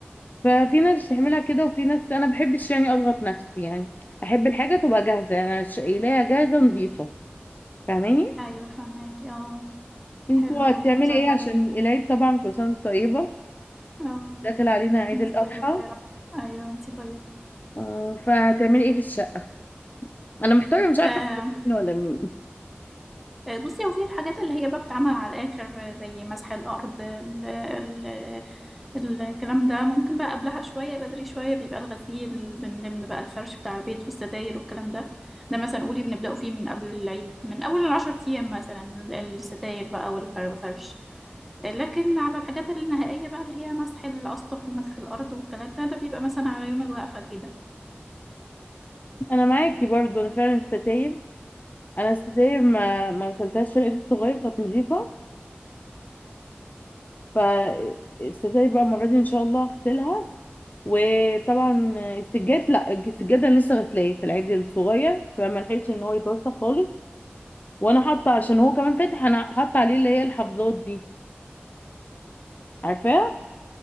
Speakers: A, on the left; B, in the centre.
A: ففي ناس تعملها كده وفي ناس انا بحبش يعني اضغط نفسي يعني احب الحاجة تبقى جاهزة انا شايلاها جاهزة نظيفة فاهماني
B: ايوه فهماكي اه
A: انتوا
B: حلو
A: هتعملي
B: وجهه نظر
A: ايه
B: برضه
A: عشان العيد طبعا كل سنه وانت طيبه
B: اه
A: داخل علينا عيد
B: انتي
A: الاضحى
B: طيبه يا رب ايوه انتي طيبه
A: آه، فهتعملي ايه في الشقه انا محتاره مش عارفه
B: آه
A: أبدأ منين ولا منين
B: آه، بصي هو في الحاجات اللي هي بقى بتتعمل على الآخر آه، زي مسح الأرض ال ال الكلام ده ممكن بقى قبلها شوية بدري شوية بيبقى الغسيل بنلم بقى الفرش بتاع البيت والستاير والكلام ده ده مثلا قولي بنبدأه فيه من قبل العيد من أول العشر أيام مثلا ال- الستاير بقى والفرش آه، لكن على الحاجات النهائية بقى اللي هي مسح الأسطح ومسح الأرض والكلام ده ده بيبقى مثلا على يوم الوقفة كده
A: <laughs> انا معاكي برضو انا فعلا الستاير انا الستاير ما ما غسلتهاش في العيد الصغير كانت نظيفه فالستاير بقى المره دي ان شاء الله هغسلها وطبعا السجاد لا السجاد انا لسه غسلاه في العيد الصغير فما لحقتش ان هو يتوسخ خالص وانا حاطه عشان هو كمان فاتح انا حاطه عليه اللي هي الحفاظات دي عارفاه